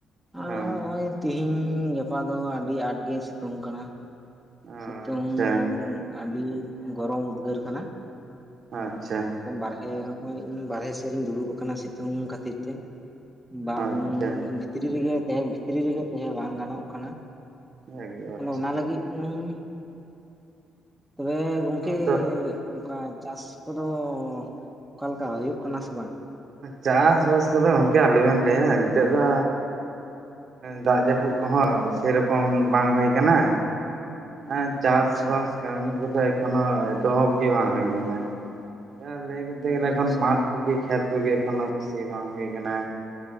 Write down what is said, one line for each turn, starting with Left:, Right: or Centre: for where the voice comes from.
Centre: ᱟᱨ
Right: ᱚ
Centre: ᱱᱚᱜᱼᱚᱭ ᱛᱤᱦᱤᱱ ᱛᱤᱦᱤᱧ ᱜᱟᱯᱟ ᱫᱚ ᱟᱹᱰᱤ ᱟᱸᱴ ᱜᱮ ᱥᱤᱛᱩᱝ ᱠᱟᱱᱟ
Right: ᱟᱪᱪᱷᱟ
Centre: ᱥᱤᱛᱩᱝ ᱟᱹᱰᱤ ᱜᱚᱨᱚᱢ ᱩᱫᱽᱜᱟᱹᱨ ᱠᱟᱱᱟ
Right: ᱟᱪᱪᱷᱟ
Centre: ᱵᱟᱨᱦᱮ ᱦᱮᱸ ᱱᱚᱜᱼᱚᱭ ᱤᱧ ᱵᱟᱨᱨᱮ ᱥᱮᱫ ᱨᱤᱧ ᱫᱩᱲᱩᱵᱽ ᱟᱠᱟᱱᱟ ᱥᱤᱛᱩᱝ ᱠᱷᱟᱹᱛᱤᱨ ᱛᱮ ᱵᱟᱝ
Right: ᱟᱪᱪᱷᱟ
Centre: ᱵᱷᱤᱛᱨᱤ ᱨᱮᱜᱮ ᱛᱟᱦᱮᱸ ᱵᱷᱤᱛᱨᱤ ᱨᱮᱜᱮ ᱛᱟᱦᱮᱸ ᱵᱟᱝ ᱜᱟᱱᱚᱜ ᱠᱟᱱᱟ
Right: ᱮᱠᱫᱚᱢ ᱟᱪᱪᱷᱟ
Centre: ᱚᱱᱟ ᱞᱟᱹᱜᱤᱫ ᱦᱮᱸ ᱛᱚᱵᱮ ᱜᱚᱝᱠᱮ
Right: ᱛᱚ
Centre: ᱚᱱᱠᱟ ᱪᱟᱥ ᱠᱚᱫᱚ ᱚᱠᱟᱞᱮᱠᱟ ᱦᱩᱭᱩᱜ ᱠᱟᱱᱟ ᱥᱮ ᱵᱟᱝ
Right: ᱪᱟᱥᱵᱟᱥ ᱠᱚᱫᱚ ᱜᱚᱢᱠᱮ ᱟᱞᱚᱵᱮᱱ ᱞᱟᱹᱭᱟ ᱱᱤᱛᱚᱜ ᱫᱚ ᱫᱟᱜ ᱡᱟᱹᱯᱩᱫ ᱠᱚᱸᱦᱚᱸ ᱥᱮᱨᱚᱠᱚᱢ ᱵᱟᱝ ᱦᱩᱭ ᱟᱠᱟᱱᱟ ᱦᱮᱸ ᱪᱟᱥᱵᱟᱥ
Centre: ᱟᱪᱪᱷᱟ
Right: ᱠᱟᱹᱢᱤ ᱠᱚᱫᱚ ᱮᱠᱷᱚᱱᱳ ᱮᱛᱚᱦᱚᱵ ᱜᱮ ᱵᱟᱝ ᱦᱩᱭ ᱠᱟᱱᱟ ᱢᱤᱫ ᱫᱷᱟᱣ ᱞᱟᱹᱭ ᱠᱚᱛᱮ ᱜᱮᱞᱮ
Centre: ᱟᱪᱪᱷᱟ
Right: ᱮᱠᱷᱚᱱ ᱢᱟᱴ ᱠᱚᱜᱤ ᱠᱷᱮᱛ ᱠᱚᱜᱤ ᱮᱠᱷᱚᱱ ᱥᱤ ᱵᱟᱝ ᱦᱩᱭ ᱠᱟᱱᱟ